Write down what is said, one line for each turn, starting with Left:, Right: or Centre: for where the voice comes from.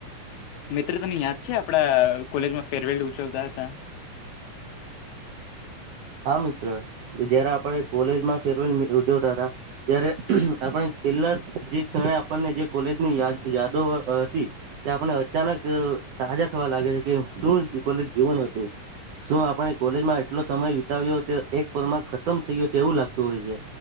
Left: મિત્ર તને યાદ છે આપડા કોલેજમાં ફેરવેલ ઉજવતા હતા
Right: હા મિત્ર કે જયારે આપડ કોલેજમાં ફેરવેલ ઉજવતા હતા ત્યારે આપણે છેલ્લા જે ક્ષણે આપણને જે કોલેજની યાદ યાદો હતી તે આપણે અચાનક તાજા થવા લાગે છે કે શું કોલેજ જીવન હતુ. શું આપણે કોલેજમાં એટલો સમય વિતાવ્યો તે એક પરમા ખતમ થઈ ગયો છે એવું લાગતું હોય છે.